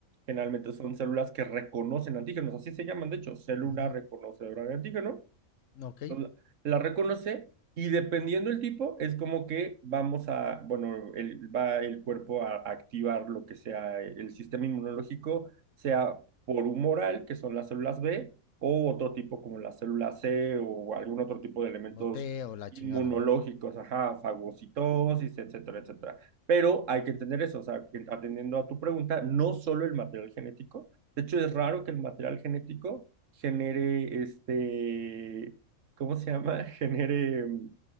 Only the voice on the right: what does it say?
Generalmente son células que reconocen antígenos, así se llaman, de hecho, célula
reconocedora de antígeno
la, la reconoce y dependiendo el tipo, es como que vamos a, bueno, el, va el cuerpo a, a activar lo que sea el sistema inmunológico, sea por humoral, que son las células B, o otro tipo como la célula C o algún otro tipo de elementos
inmunológicos,
ajá, fagocitosis, etcétera, etcétera. Pero hay que entender eso, o sea, atendiendo a tu pregunta, no solo el material genético, de hecho es raro que el material genético genere este ¿cómo se llama? <laughs> Genere mm,